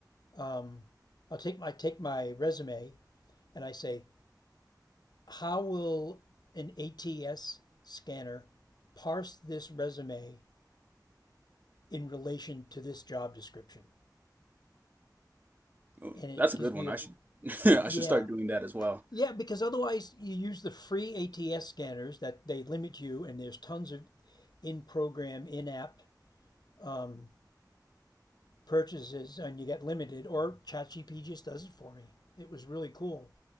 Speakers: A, on the left (about 70°); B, on the right (about 25°).
A: um, I'll take my take my resume and I say, "How will an ATS scanner parse this resume in relation to this job description.
B: Oh,
A: And it
B: that's a
A: gives
B: good one
A: me
B: I
A: a
B: should <laughs> I
A: yeah.
B: should start doing that as well
A: Yeah, because otherwise you use the free ATS scanners that they limit you, and there's tons of in program, in app um, purchases, and you get limited, or ChatGPT just does it for me. It was really cool.